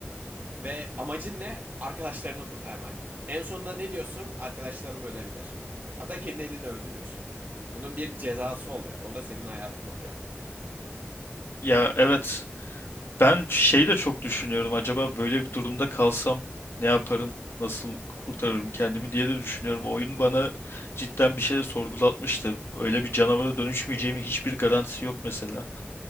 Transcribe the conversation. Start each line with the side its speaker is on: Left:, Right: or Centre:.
Right: Ve amacın ne? Arkadaşlarını kurtarmak. En sonunda ne diyorsun? Arkadaşlarım ölebilir. Hatta kendi elini öldürüyorsun. Bunun bir cezası oluyor. O da senin hayatın oluyor.
Left: Ya evet ben şey de çok düşünüyorum. Acaba böyle bir durumda kalsam ne yaparım? Nasıl kurtarırım kendimi diye de düşünüyorum. Oyun bana cidden bir şey sorgulatmıştı. Öyle bir canavara dönüşmeyeceğimi hiçbir garantisi yok mesela.